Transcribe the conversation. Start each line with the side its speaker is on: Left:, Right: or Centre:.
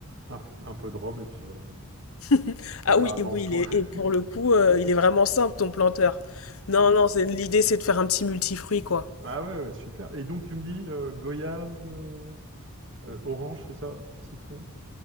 Right: un, un peu de rhum et puis voilà.
Left: <laughs>
Right: Généralement,
Left: Ah oui, et oui,
Right: ce qu'on...
Left: il est-
Right: <laughs>
Left: et pour le coup, euh, il est vraiment simple, ton planteur. Non, non, c'est- l'idée, c'est de faire un petit multifruit, quoi.
Right: Ah ouais, ouais, super. Et donc, tu me dis euh, goyave, euh, euh, orange, c'est ça? Citron?